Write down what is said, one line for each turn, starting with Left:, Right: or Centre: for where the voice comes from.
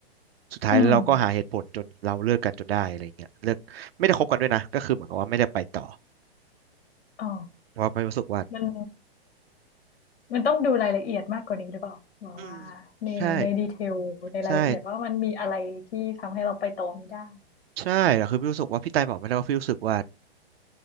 Right: สุดท้ายเราก็หาเหตุผลจนเราเลิกกันจนได้อะไรเงี้ยเลิกไม่ได้คบกันด้วยนะก็คือเหมือนกับว่าไม่ได้ไปต่อ
Left: อืมอ๋อ
Right: เพราะว่าไปรู้สึกว่า
Left: มันมันต้องดูรายละเอียดมากกว่านี้หรือเปล่าว่าว่าในในดีเทลในรายละเอียดว่ามันมีอะไรที่ทำให้เราไปต่อไม่ได้
Right: อืมใช่ใช่ ใช่แต่คือพี่รู้สึกว่าพี่ไตายบอกไม่ได้ว่าพี่รู้สึกว่า